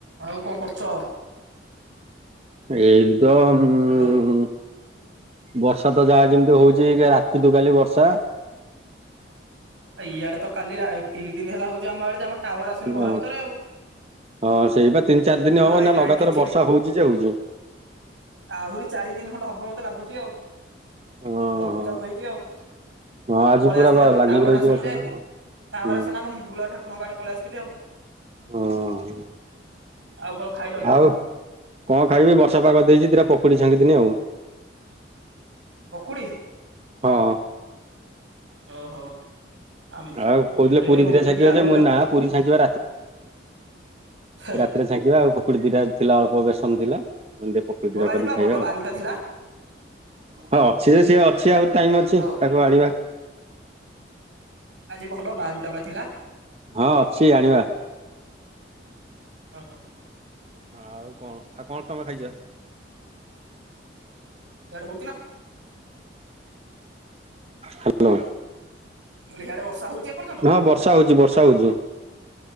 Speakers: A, on the right; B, on the right.
A: ଆଉ କଣ କରୁଚ?
B: ଏଇନୁ ତ ଉଁ
A: ହ୍ୟାଲୋ।
B: ବର୍ଷା ତ ଯାହା ଯେମିତି ହଉଚି କାଲି ରାତିଠୁ କାଲି ବର୍ଷା।
A: ଇଆଡେ ତ କାଲି ତିନି ଦିନ ହେଲା ହଉଚି ଆମ ଆଡେ ଯେ ଆମ ଟାୱାର ଆସୁନି
B: ହଁ
A: ଘର ଭିତରେ ଆଉ।
B: ହଁ ସେଇ ପା ତିନି ଚାରି ଦିନ
A: ଲାଇନ
B: ହବ ଏଇନା
A: ନାହିଁ
B: ଲଗାତାର
A: କିଛି
B: ବର୍ଷା
A: ନାହିଁ
B: ହଉଚି ଯେ ହଉଚି।
A: ଆହୁରି ଚାରି ଦିନି ଖଣ୍ଡେ ହବ ମତେ ଲାଗୁଛି ଆଉ।
B: ହଁ
A: ଲଘୁଚାପ
B: ହଁ
A: ହେଇଛି ଆଉ। ମୁଁ
B: ହଁ ଆଜି
A: ପଳେଇ
B: ପୁରା
A: ଆସିଲି
B: ବା
A: ଆମର
B: ଲାଗିକି
A: ଟାୱାର
B: ରହିଛି
A: ଆସୁନି
B: ବର୍ଷା
A: ଯେ।
B: ଟା
A: ଟାୱାର
B: ହୁଁ
A: ଆସୁନି ଆମ ହିଙ୍ଗୁଳା ଠାକୁରଙ୍କ ଆଡେ ପଳେଇ ଆସିଥିଲି ଆଉ।
B: ଓ ହଁ।
A: ଆଉ କଣ ଖାଇ
B: ଆଉ କଣ ଖାଇବି? ବର୍ଷା ପାଗ ଦେଇଚି ଟିକେ ପକୁଡ଼ି ଛାଙ୍କି ଦେଲି ଆଉ।
A: ପକୁଡି
B: ହଁ।
A: ଓହୋ। ଆ ମ
B: ଆଉ କହୁଥିଲେ
A: ମୁଁ ତ ଏଇନା
B: ପୁରୀ
A: ରୁଟି
B: ଦିଟା ଛାଙ୍କିବା
A: କି ଆଳୁ
B: ଯେ
A: ଭଜା
B: ମୁଁ କହିନି
A: କରିଚି।
B: ନା ପୁରୀ ଛାଙ୍କିବା
A: ହେ
B: ସେଟା ଛାଙ୍କିଦେବା ଆଉ। ପକୁଡି ଦିଟା ଥିଲା ଅଳପ ବେସନ ଥିଲା। ମୁଁ କହିଲି ଦିଟା ପକୁଡ଼ି
A: ଭଲ
B: ଦିଇଟା
A: ଆଜି
B: କରିିକି
A: ପା
B: ଖାଇବା
A: ଭଲ
B: ଆଉ।
A: ବାରୁଟା ଥିଲା
B: ହଁ ଅଛି ଯେ ସିଏ ଅଛି। ଆଉ ଟାଇମ ଅଛି
A: ହ୍ୟାଲୋ
B: ତାକୁ ଆଣିବା।
A: ଆଜି ଭଲ ବାରୁଟା ବା ଥିଲା!
B: ହଁ ଅଛି ଆଣିବା।
A: ଇଆଡେ
B: ଆଉ କଣ? ଆଉ କଣ ତମେ ଖାଇଛ?
A: ସିଆଡେ ହଉଛି ନା
B: ହାଲୋ।
A: ମୁଁ କହିଲି ସିଆଡେ ବର୍ଷା ହଉଛି ଏପର୍ଯ୍ୟନ୍ତ
B: ହଁ ବର୍ଷା ହଉଛି ବର୍ଷା ହଉଛି।